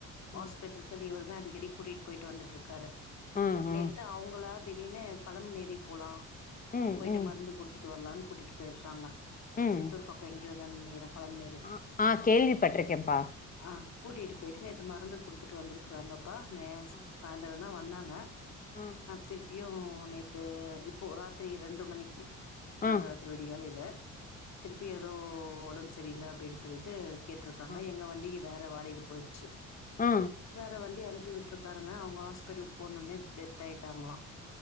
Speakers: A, on the left (about 60°); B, on the left (about 25°).
A: ஹாஸ்பிட்டலுக்கு
B: ம்
A: இவரு தா அடிக்கடி கூட்டிட்டு போய்ட்டு வந்துட்ருக்காரு
B: ம் ம்
A: நேத்து அவங்களா திடீர்னு பழமநெறி போலா
B: ம்
A: போய்ட்டு
B: ம்
A: மருந்து குடுத்துட்டு வரலானு கூட்டிட்டு போய்ருக்காங்க
B: ம்
A: சித்தூர் பக்கோ எங்கேயோ அதா நெனைக்கிறே பலமனேரி
B: ஆ ஆ கேள்வி பட்ருக்கேன்ப்பா
A: ஆ கூட்டிட்டு போய்ட்டு நேத்து மருந்து குடுத்துட்டு வந்துருக் வாங்கப்பா நையாஸ்
B: ஆ
A: சாய்ந்தரோ தா வந்தாங்க
B: ஆ
A: திருப்பியு நேத்து இப்போ ராத்திரி ரெண்டு மணிக்கு நட்ராத்திரி
B: ஆ
A: விடியகாலைல திருப்பி எதோ ஒடம்பு சரில அப்டீன்னு சொல்லிட்டு கேட் றுக்காங்க
B: ஆ
A: எங்க வண்டிக்கு வேற வாடகைக்கு போய்டுச்சு
B: ஆ
A: வேற வண்டி அனுப்பி விட்ருக் பாருங்க அவுங்க ஹாஸ்பிட்டலுக்கு போன ஒட்னே டெத் ஆயிட்டாங்களா